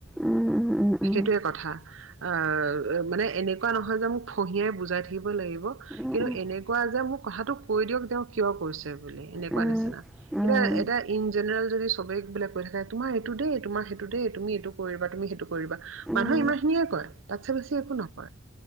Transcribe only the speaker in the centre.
উম উম উম উম
উম,
উম,
উম,
উম,
উম,